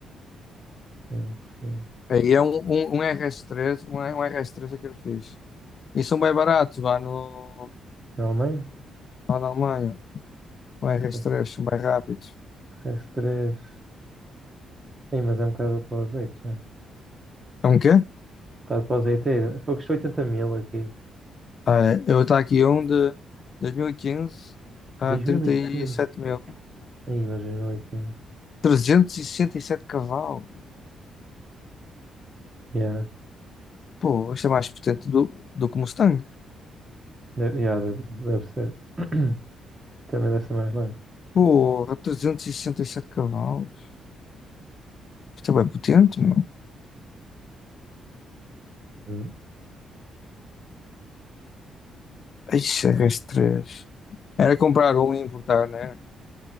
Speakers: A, on the right; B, on the left.
A: ok, percebo.
B: Aí é um, um, um RS3, um, um RS3 é que eu fiz. E são bem baratos, vá no,
A: Na Alemanha?
B: lá na Alemanha. Um RS3,
A: RS,
B: são bem rápidos.
A: RS3. Sim, mas é um bocado para o azeite já. Um
B: É um quê?
A: bocado para o azeiteiro. Foi que custou 80 mil aqui.
B: Ah, é, eu estou aqui um de 2015 a
A: 2015.
B: 37 mil.
A: Aí, mas 2015.
B: 367 cavalos.
A: Yeah.
B: Pô, isto é mais potente do, do que o Mustang.
A: De- yeah, deve, deve ser. <clears throat> Também deve ser mais leve.
B: Porra, 367 cavalos. Isto é bem potente, meu.
A: Hum.
B: Ixi, as três. Era comprar um e importar, né?